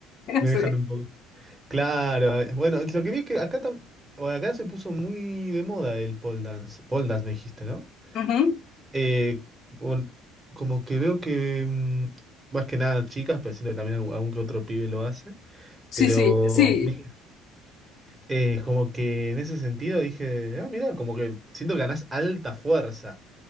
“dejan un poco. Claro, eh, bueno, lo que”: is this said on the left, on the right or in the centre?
Right